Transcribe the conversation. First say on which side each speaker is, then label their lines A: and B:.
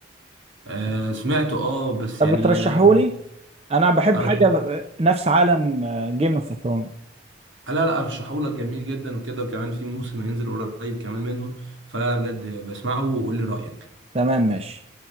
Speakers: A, on the right; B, on the right.
A: آه سمعته اه بس
B: طب
A: يعني
B: بترشحه
A: آه
B: لي انا بحب
A: ارشح
B: حاجة آه، نفس عالم جيم اوف ثرونز
A: لا لا ارشحه لك جميل جدا وكده وكمان في موسم هينزل قريب كمان منه فلا بجد بسمعه وقول لي رأيك
B: تمام ماشي